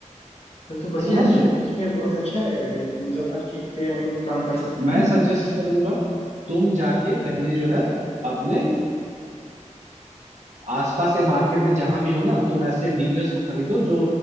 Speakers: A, on the left (about 55°); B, on the right (about 65°).
A: तब तो बढ़िया
B: समझ
A: है
B: रहे हो
A: इस पे बहुत अच्छा है मतलब हर चीज पे हम लोग काम कर सकते
B: मैं
A: हैं
B: सजेस्ट करूंगा तुम जाके पहले जो है अपने आसपास या मार्केट में जहां भी हो ना तुम ऐसे डीलर्स को खरीदो जो